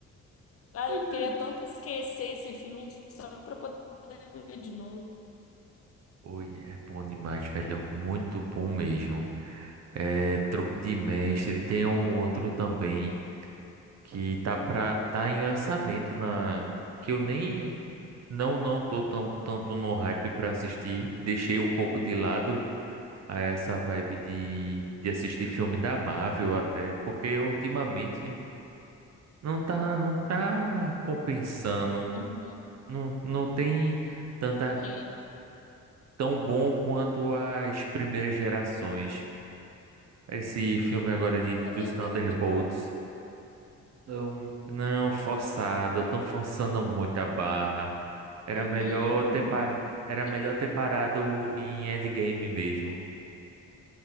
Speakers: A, on the left (about 50°); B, on the right (about 60°).
A: Ah,
B: Pois
A: eu queria
B: é.
A: tanto esquecer esse filme só pra poder ver de novo.
B: Oi, é bom demais, velho. Muito bom mesmo. É, Truque de Mestre. Tem um outro também que tá pra, tá em lançamento na que eu nem não não tô tão, tanto no hype pra assistir. Deixei um pouco de lado a essa vibe de, de assistir filme da Marvel até, porque ultimamente não tá não tá compensando
A: Uhum.
B: não, não tem tanta
A: Sim.
B: tão bom quanto as primeiras gerações.
A: É
B: Esse filme agora de
A: é verdade.
B: dos Thunderbolts, não, não forçado, estão forçando muito a barra. Era
A: Uhum.
B: melhor ter
A: Uhum.
B: para, era
A: E,
B: melhor ter parado em Endgame mesmo.